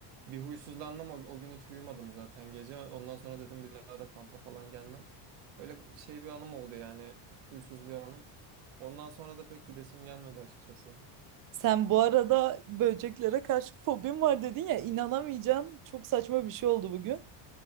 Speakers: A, on the right (about 80°); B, on the right (about 45°).
A: Bir huysuzlandım o, o gün hiç uyumadım zaten gece. Ondan sonra dedim bir daha da kampa falan gelmem. Öyle şey bir anım oldu yani. Huysuz bir anım. Ondan sonra da pek gidesim gelmedi açıkçası.
B: Sen bu arada böceklere karşı fobim var dedin ya inanamayacaksın. Çok saçma bir şey oldu bugün.